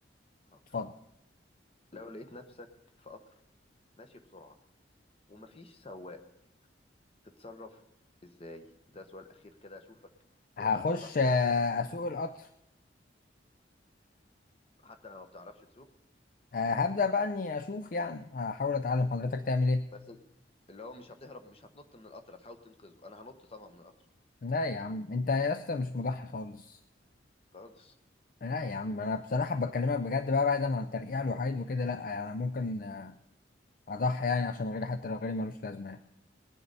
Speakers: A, on the left (about 30°); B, on the left (about 45°).
A: حاضر
B: اتفضل
A: لو لقيت نفسك في قطر ماشي بسرعه ومفيش سواق تتصرف ازاي ده سؤال اخير كده اشوفك تقدر
B: هخش
A: تضحي
B: آه،
A: بقى فعلا عشان غيرك
B: اسوق القطر
A: حتى لو ما بتعرفش تسوق
B: آه، هبدأ بقى اني اشوف يعني هحاول اتعلم حضرتك تعمل ايه
A: بس اللي هو مش هتهرب مش هتنط من القطر هتحاول تنقذه انا هنط طبعا من القطر
B: لا يا عم انت يا اسطى مش مضحي خالص
A: خالص
B: لا يا عم انا بصراحة بكلمك بجد بقى بعيدا عن ترقيع الوحيد وكده لا انا ممكن آه، اضحي يعني عشان غيري حتى لو غيري ملوش لازمة